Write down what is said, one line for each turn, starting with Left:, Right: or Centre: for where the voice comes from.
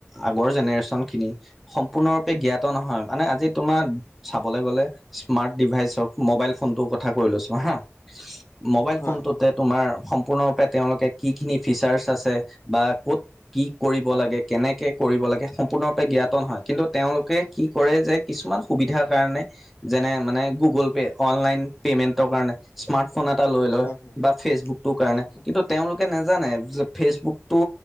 Centre: আগৰ জেনেৰেশ্যনখিনি সম্পূৰ্ণৰূপে জ্ঞাত নহয়, মানে আজি তোমাৰ চাবলৈ গ'লে স্মাৰ্ট ডিভাইচ হওঁক, মোবাইল ফোনটোৰ কথা কৈ লৈছোঁ হা। মোবাইল
Left: হয়
Centre: ফোনটোতে তোমাৰ সম্পূৰ্ণৰূপে তেওঁলোকে কিখিনি ফিচাৰ্চ আছে বা ক'ত কি কৰিব লাগে, কেনেকে কৰিব লাগে সম্পূৰ্ণৰূপে জ্ঞাতন হয় কিন্তু তেওঁলোকে কি কৰে যে কিছুমান সুবিধাৰ কাৰণে যেনে মানে গুগল পে, অনলাইন পেমেন্টৰ কাৰণে স্মাৰ্ট ফোন এটা লৈ লয়
Left: হয় হয়
Centre: বা ফেচবুকটোৰ কাৰণে
Left: হয়
Centre: কিন্তু তেওঁলোকে নেজানে যে ফেচবুকটো